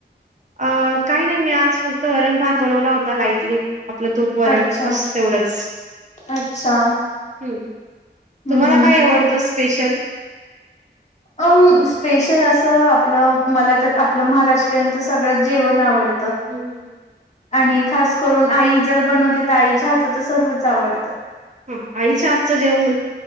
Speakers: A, on the right (about 40°); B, on the left (about 40°).
A: अ काही नाही मी आज फक्त वरण भात बनवला होता. लाइटली आपलं तूप वरण
B: अच्छा
A: बस तेवढंच
B: अच्छा
A: हूं
B: हम्म
A: तुम्हाला काय आवडतं स्पेशल
B: अम स्पेशल असं आपलं मला तर आपलं महाराष्ट्रीयन सगळं जेवण आवड
A: हूं हूं हूं
B: आणि खास करून आई जर बनवते तर आईच्या हाताच सर्वच आवडतं.
A: हं आईच्या आजचं जेवण